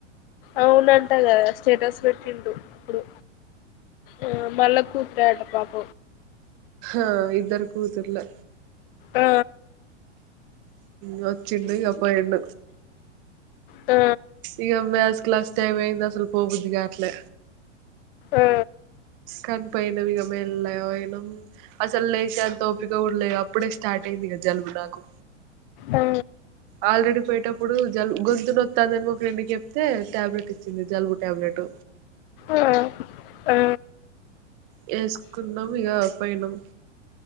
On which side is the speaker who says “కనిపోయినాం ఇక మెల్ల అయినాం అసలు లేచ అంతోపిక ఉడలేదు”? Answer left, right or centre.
Right